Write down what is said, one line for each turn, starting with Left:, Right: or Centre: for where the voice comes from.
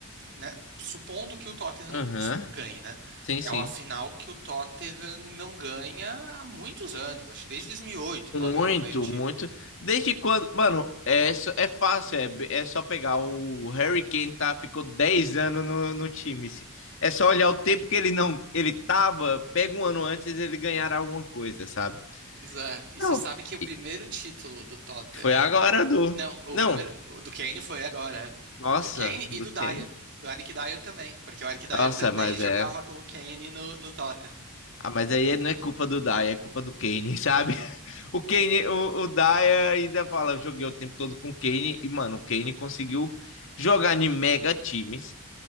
Right: né, supondo que o Tottenham
Left: Aham.
Right: ganhe, né?
Left: Sim,
Right: É
Left: sim.
Right: uma final que o Tottenham não ganha há muitos anos, acho que desde 2008 o Tottenham
Left: Muito,
Right: não ganha um título.
Left: muito. Desde quando, mano, é, só- é fácil, é, é só pegar o Harry Kane tá, ficou 10 anos no, no time. Se- É só olhar o tempo que ele não, ele tava, pega um ano antes ele ganhar alguma coisa, sabe?
Right: Pois é, e
Left: Não.
Right: você sabe que o primeiro
Left: E
Right: título do Tottenham,
Left: Foi agora do.
Right: não, o
Left: Não,
Right: primeiro o do Kane foi agora,
Left: nossa,
Right: do Kane e
Left: do
Right: do
Left: Kane.
Right: Dyer, do Eric Dyer também, porque o Eric Dyer
Left: Nossa,
Right: também
Left: mas
Right: jogava
Left: é.
Right: com o Kane no, no Tottenham.
Left: Ah, mas aí não é culpa do Dai, é culpa do Kane, sabe? <laughs> O Kane, o, o Dai ainda fala, eu joguei o tempo todo com o Kane e, mano, o Kane conseguiu jogar em mega times,